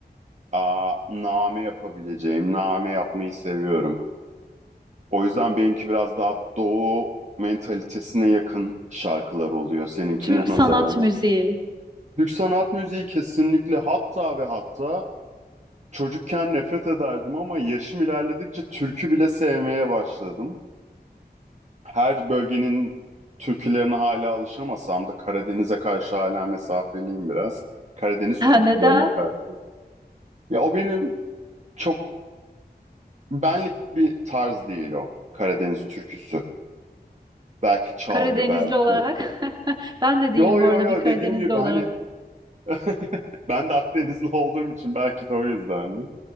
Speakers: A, on the right; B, on the right.
A: aa, name yapabileceğim, name yapmayı seviyorum. O yüzden benimki biraz daha doğu mentalitesine yakın şarkılar oluyor seninkine
B: Türk
A: <laughs> nazaran.
B: sanat müziği. <laughs>
A: Türk sanat müziği kesinlikle hatta ve hatta çocukken nefret ederdim ama yaşım ilerledikçe türkü bile sevmeye başladım. Her bölgenin türkülerine hala alışamasam da Karadeniz'e karşı hala mesafeliyim biraz. Karadeniz türkülerine
B: Neden?
A: karşı. Ya o benim çok benlik bir tarz değil o Karadeniz türküsü. Belki çalgı,
B: Karadenizli
A: belki
B: olarak. <laughs> Ben de
A: Yo
B: değilim bu
A: yo
B: arada
A: yo
B: bir Karadenizli
A: dediğim gibi
B: olarak.
A: hani <laughs> ben de Akdenizli olduğum için belki de o yüzdendi.